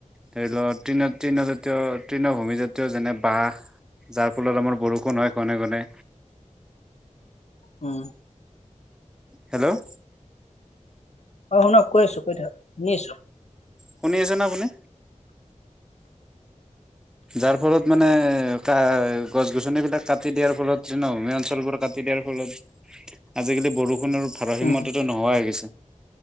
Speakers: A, in the centre; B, on the left.
A: ধৰি লওক তৃণ তৃণজাতীয় তৃণভূমিজাতীয় যেনে বাঁহ যাৰ ফলত আমাৰ বৰষুণ হয় ঘনে ঘনে।
B: উম
A: হেল্ল'
B: অ শুনক কৈ আছো কৈ থাকক শুনি আছো।
A: শুনি আছে নে আপুনি? যাৰ ফলত মানে কা গছ-গছনিবিলাক কাটি দিয়াৰ ফলত নমীয়া অঞ্চলবোৰত কাটি দিয়াৰ ফলত আজিকালি বৰষুণৰ ভাৰসীম্যটোত
B: উম
A: নোহোৱা হৈ গৈছে।